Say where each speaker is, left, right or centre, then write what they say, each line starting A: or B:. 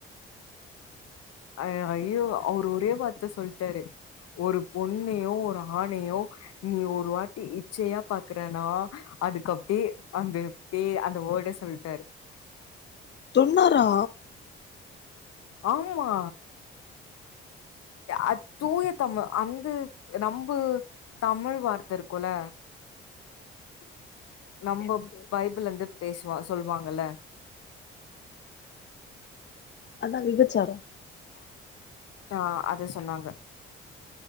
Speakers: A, on the left; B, on the left.
A: அய் ஐயோ அவர் ஒரே வார்த்த சொல்ட்டாரு ஒரு பொண்ணையோ ஒரு ஆணையோ நீ ஒரு வாட்டி இச்சையா பாக்குறேனா அதுக் அப்டே அந்த தே அந்த வோடே சொல்ட்டாரு
B: சொன்னாரா
A: ஆம்மா அத் தூயத் தமிழ் அந்து நம்பு தமிழ் வார்த்த இருக்குல்ல நம்ப
B: என்னது
A: பைபிளந்து பேசுவா சொல்வாங்கல்ல
B: அதா விபச்சாரோ
A: தா அத சொன்னாங்க